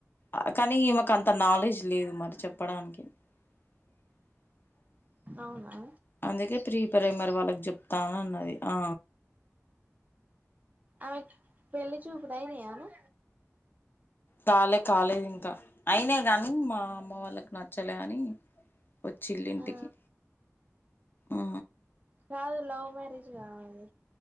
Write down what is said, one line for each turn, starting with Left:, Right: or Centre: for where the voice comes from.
Left: ఆ కానీ ఈమెకు అంత నాలెడ్జ్ లేదు మరి చెప్పడానికి <inaudible>
Right: అవునా
Left: అందుకే ప్రీప్రైమరీ వాళ్ళకి చెప్తాను అన్నది ఆ
Right: ఆ పెళ్లి చూపులయినాయనే
Left: కాలే కాలేదు ఇంకా అయినాయ్ కాని మా అమ్మ వాళ్ళకి నచ్చలే అని వచ్చిళ్ళు ఇల్లింటికి
Right: ఆ
Left: ఊ
Right: కాదు లవ్ మ్యారేజ్ కావాలి